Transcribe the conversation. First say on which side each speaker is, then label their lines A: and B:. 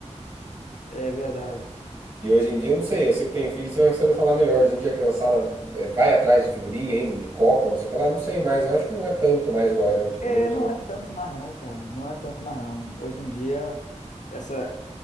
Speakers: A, on the left; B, on the right.
A: É verdade.
B: E hoje em dia, eu não sei, eu sei que tem filho, você vai saber falar melhor. Hoje em dia, a criançada eh, vai atrás de figurinha ainda, de Copa, não sei o que lá, não sei mais. Eu acho que não é tanto mais igual era antigamente,
A: É, não
B: né?
A: é tanto mais não, cara. Não é tanto mais não. Hoje em dia, essa,